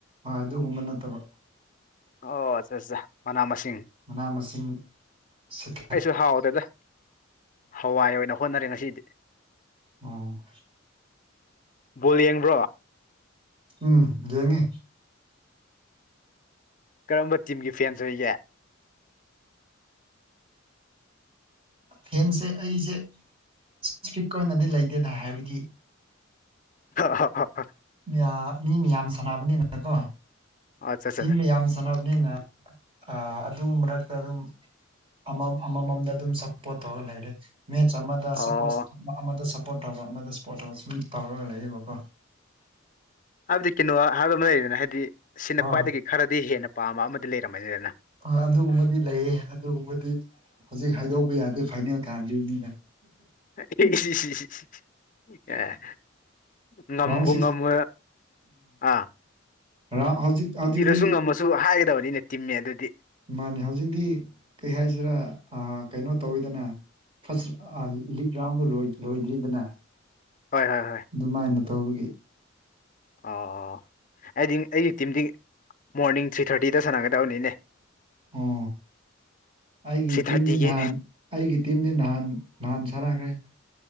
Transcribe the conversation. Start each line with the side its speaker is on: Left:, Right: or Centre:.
Right: ꯑ ꯑꯗꯨꯒꯨꯝꯕ ꯅꯠꯇꯕ
Left: ꯑꯣ ꯑꯠꯆꯥ ꯑꯠꯆꯥ ꯃꯅꯥ ꯃꯁꯤꯡ
Right: ꯃꯅꯥ ꯃꯁꯤꯡ ꯁꯤꯠ
Left: ꯑꯩꯁꯨ ꯍꯥꯎꯗꯦꯗ ꯍꯋꯥꯏ ꯑꯣꯏꯅ ꯍꯣꯠꯅꯔꯦ ꯉꯁꯤꯗꯤ
Right: ꯎꯝ
Left: ꯕꯣꯜ ꯌꯦꯡꯕ꯭ꯔꯣ
Right: ꯎꯝ ꯌꯦꯡꯉꯦ
Left: ꯀꯔꯝꯕ ꯇꯤꯝꯒꯤ ꯐꯦꯟꯁ ꯑꯣꯏꯒꯦ
Right: ꯐꯦꯟꯁꯦ ꯑꯩꯁꯦ ꯁꯄꯦꯁꯤꯐꯤꯛ ꯑꯣꯏꯅꯗꯤ ꯂꯩꯇꯦꯗ ꯍꯥꯏꯕꯗꯤ
Left: <unintelligible>
Right: ꯃꯌꯥ ꯃꯤ ꯃꯌꯥꯝ ꯁꯥꯟꯅꯕꯅꯤꯅꯀꯣ
Left: ꯑꯣ ꯑꯠꯆꯥ ꯑꯠꯆꯥ
Right: ꯇꯤꯝ ꯃꯌꯥꯝ ꯁꯥꯟꯅꯕꯅꯤꯅ ꯑ ꯑꯗꯨ ꯃꯔꯛꯇ ꯑꯗꯨꯝ ꯑꯃꯝ ꯑꯃꯃꯝꯗ ꯑꯗꯨꯝ ꯁꯞꯄꯣꯔꯠ ꯇꯧꯔ ꯂꯩꯔꯦ ꯃꯦꯠꯆ ꯑꯃꯗ
Left: ꯑꯣ
Right: ꯁꯞꯄꯣꯔꯠꯁ ꯑꯃꯗ ꯁꯞꯄꯣꯔꯠ ꯇꯧꯕ ꯑꯃꯗ ꯁꯞꯄꯣꯔꯠ ꯇꯧꯕ ꯁꯨꯝ ꯇꯧꯔꯒ ꯂꯩꯌꯦꯕꯀꯣ
Left: ꯍꯥꯏꯕꯗꯤ ꯀꯩꯅꯣ ꯍꯥꯏꯕ ꯑꯃ ꯂꯩꯔꯤꯗꯅ ꯍꯥꯏꯗꯤ ꯁꯤꯅ
Right: ꯍꯣꯏ
Left: ꯈ꯭ꯋꯥꯏꯗꯒꯤ ꯈꯔꯗꯤ ꯍꯦꯟꯅ ꯄꯥꯝꯕ ꯑꯃꯗꯤ ꯂꯩꯔꯝꯃꯅꯤꯗꯅ
Right: ꯑ ꯑꯗꯨꯒꯨꯝꯕꯗꯤ ꯂꯩꯌꯦ ꯑꯗꯨꯒꯨꯝꯕꯗꯤ ꯍꯧꯖꯤꯛ ꯍꯥꯏꯗꯣꯛꯄ ꯌꯥꯗꯦ ꯐꯥꯏꯅꯦꯜ ꯀꯥꯟꯗ꯭ꯔꯤꯕꯅꯤꯅ
Left: <unintelligible> ꯌꯥꯔꯦ ꯉꯝꯕꯨ
Right: ꯔꯥꯎꯟ ꯁꯤꯛꯁ
Left: ꯉꯝ <unintelligible> ꯑꯥ
Right: ꯉꯥ ꯍꯧꯖꯤꯛ ꯍꯧꯖꯤꯛꯇꯤ
Left: ꯄꯤꯔꯁꯨ ꯉꯝꯃꯁꯨ ꯍꯥꯏꯒꯗꯕꯅꯤꯅꯦ ꯇꯤꯝꯅꯦ ꯑꯗꯨꯗꯤ
Right: ꯃꯥꯅꯦ ꯍꯧꯖꯤꯛꯇꯤ ꯀꯩ ꯍꯥꯏꯁꯤꯔꯥ ꯑ ꯀꯩꯅꯣ ꯇꯧꯋꯤꯗꯅ <unintelligible> ꯑ ꯂꯤꯛ ꯌꯥꯎꯔ ꯂꯣꯏꯗ꯭ꯔꯤ ꯂꯣꯏꯗ꯭ꯔꯤꯗꯅ
Left: ꯍꯣꯏ ꯍꯣꯏ ꯍꯣꯏ
Right: ꯑꯗꯨꯃꯥꯏꯅ ꯇꯧꯕꯒꯤ
Left: ꯑꯣ ꯑꯩꯗꯤ ꯑꯩꯒꯤ ꯇꯤꯝꯗꯤ ꯃꯣꯔꯅꯤꯡ ꯊ꯭ꯔꯤ ꯊꯥꯔꯇꯤꯗ ꯁꯥꯟꯅꯒꯗꯕꯅꯤꯅꯦ
Right: ꯑꯣ ꯑꯩꯒꯤ
Left: ꯊ꯭ꯔꯤ ꯊꯥꯔꯇꯤꯒꯤ
Right: ꯇꯤꯝꯗꯤ ꯅꯍꯥꯟ ꯑꯩꯒꯤ ꯇꯤꯝꯗꯤ ꯅꯍꯥꯟ ꯅꯍꯥꯟ ꯁꯥꯟꯅꯈ꯭ꯔꯦ